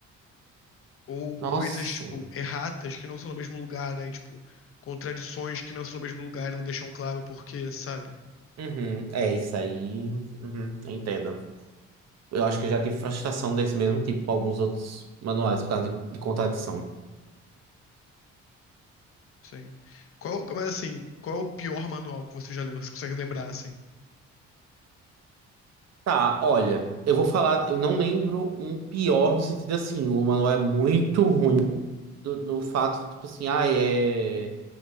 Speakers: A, on the left (about 45°); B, on the right (about 60°).
A: ou
B: Nossa.
A: coisas, tipo, erratas que não são no mesmo lugar, aí, tipo, contradições que não são no mesmo lugar e não deixam claro o porquê, sabe?
B: Uhum. É isso aí. Uhum. Entendo. Eu acho que eu já tive frustração desse mesmo tipo com alguns outros manuais por causa de, de contradição.
A: Sim. Qual, mas assim, qual é o pior manual que você já leu? Você consegue lembrar, assim?
B: Tá, olha, eu vou falar, eu não lembro um pior no sentido assim, o manual é muito ruim do- no fato de, tipo assim, ah, é.